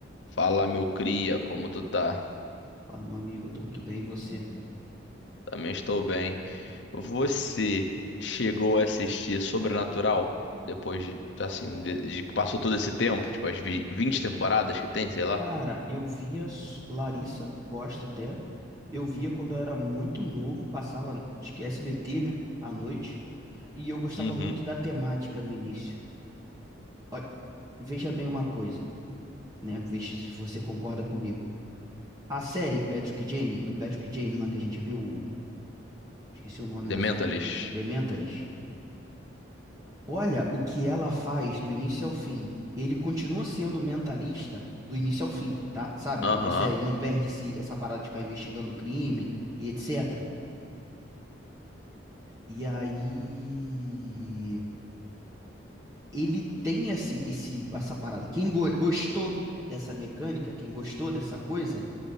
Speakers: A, on the left; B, on the right.
A: Fala, meu cria, como tu tá?
B: Fala, meu amigo, eu tô muito bem, e você?
A: Também estou bem. Você chegou a assistir Sobrenatural depois de, assim, de, de que passou todo esse tempo, tipo as vi- 20 temporadas que tem, sei lá.
B: Cara, eu via s- Larissa Costa até. Eu via quando eu era muito novo, passava, acho que SBT, né, à noite, e eu gostava
A: Uhum.
B: muito da temática no início. Ó, veja bem uma coisa, né? Veja se você concorda comigo. A série Patrick Jane, do Patrick Jane lá que a gente viu, o- esqueci o nome
A: The
B: da
A: Mentalist.
B: série, The Mentalist. Olha o que ela faz do início ao fim. Ele continua sendo mentalista do início ao fim, tá? Sabe?
A: Aham.
B: Percebe? Ele não perde esse, essa parada de ficar investigando crime e etc. E aí. Ele tem esse, esse, essa parada. Quem go- gostou dessa mecânica, quem gostou dessa coisa,